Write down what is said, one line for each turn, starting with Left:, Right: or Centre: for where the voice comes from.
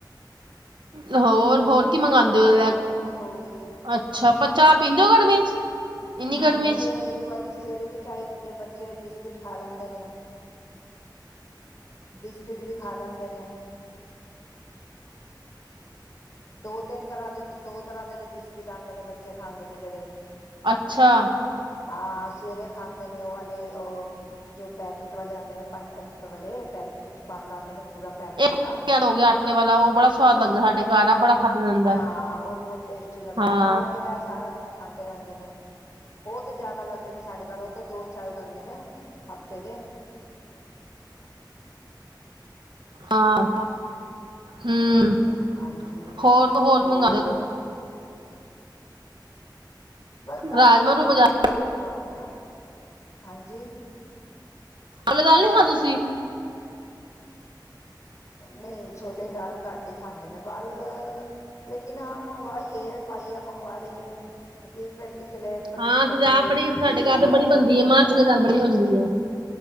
Right: ਹੋਰ, ਹੋਰ ਕੀ ਮੰਗਵਾਉਂਦੇ
Left: ਚਾਹ
Right: ਹੋ
Left: ਦੀ
Right: ਲੈ
Left: ਪੱਤੀ ਹੋ ਗਈ।
Right: ਅੱਛਾ ਪਰ ਚਾਹ ਪੀਂਦੇ ਹੋ ਗਰਮੀ ਚ? ਇੰਨੀ
Left: ਹਾਂਜੀ
Right: ਗਰਮੀ ਚ
Left: ਇੱਕ ਵਾਰੀ ਸਵੇਰੇ ਤੋਂ ਚਾਹੀਦੀ ਆ ਬੱਚੇ ਵੀ ਪੀੰ ਕਿਟ ਖਾ ਲੈਂਦੇ ਨੇ। ਬਿਸਕੁਟ ਵੀ ਖਾ ਲੈਂ ਦੇ ਨੇੇ ਦੋ ਤਿੰਨ ਤਰ੍ਹਾਂ ਤੇ ਦੇ, ਦੋ ਤਰ੍ਹਾਂ ਦੇ ਬਿਸਕਿਟ ਆਉਂਦੇ ਨੇ ਬੱਚੇ ਖਾਂਦੇ ਨੇ ਜਿਹੜੇ।
Right: ਅੱਛਾ
Left: ਹਾਂ ਸਵੇਰੇ ਖਾਂਦੇ ਨੇ ਉਹ ਵਾਲੇ ਉਹ ਜੋ ਪੈਕੇਟ ਵਾਲੇ ਆਉਂਦੇ ਨੇ ਪੰਜ -ਪੰਜ ਰੁਪਏ ਵਾਲੇ ਪੈਕੇਟ ਚ ਬੰਦ ਆਉਂਦੇ ਨੇ ਪੂਰਾ ਪੈਕ
Right: <unintelligible>
Left: ਵੱਡਾ
Right: ਹੋ ਗਿਆ ਆਟੇ ਵਾਲਾ ਉਹ ਬੜਾ ਸਵਾਦ ਲੱਗਦਾ ਸਾਡੇ ਘਰ ਆ ਬੜਾ ਖਾਧਾ ਜਾਂਦਾ
Left: ਹਾਂ ਉਹ ਬੋਹੁਤ ਟੇਸਟੀ ਲੱਗਦਾ
Right: ਹਾਂ
Left: ਔਹ ਫੇਰ ਐਹ ਸਾਰਾ ਦਿਨ ਖਾਂ ਦੇ ਰਹਿੰਦੇ ਨੇ ਉਹ ਤੇ ਜ਼ਿਆਦਾ ਲੱਗਦੇ ਨੇ ਸਾਡੇ ਘਰ ਉਹ ਦੋ ਚੱਲ ਜਾਂਦੇ ਨੇ, ਹਫਤੇ ਦੇ।
Right: ਹਾਂ ਹੂੰ
Left: ਹਾਂਜੀ
Right: ਹੋਰ ਕੀ
Left: ਹੋਰ
Right: ਮੰਗਾਦੇ ਤੇ
Left: ਬਸ ਦਾਲਾਂ
Right: ਰਾਜਮਾਂ
Left: ਚ
Right: ਰੂਹ
Left: ਤਾਂ
Right: ਮਜਾ
Left: ਇਹੀ ਦਾਲਾਂ ਮੰਗਵਾਂਨੇ ਆ। ਹਾਂਜੀ
Right: ਲੇ ਦਾਲ ਨੀ <unintelligible> ਖਾ ਤੁਸੀਂ?
Left: ਨਹੀਂ ਛੋਲੇ ਦਾਲ ਘੱਟ ਹੀ ਖਾਂਦੇ ਨੇ ਬੱਲ ਲੇਕਿਨ ਆ ਮੰਗਵਾਈ ਏ ਪਾਈਯਾ ਮੰਗਵਾ ਲਈਏ ਕਿਉਕਿ ਫੇਰ ਕਿਸੇਲੇ ਬੱਚੇ
Right: ਹਾਂ ਅਸੀਂ ਤਾਂ ਆਪ ਬੜੀ
Left: ਖਿਚੜੀ
Right: ਸਾਡੇ ਘਰ
Left: ਯਾ
Right: ਤੇ ਬੜੀ ਬਣਦੀ
Left: ਰੋਟੀਆਂ
Right: ਹੈ
Left: ਬਣਵਾ
Right: ਮਾਂ ਛੋਲੇ
Left: ਲੈਂਦੇ
Right: ਦਾਲ ਬੜੀ ਬਣਦੀ
Left: ਨੇ,
Right: ਹੈ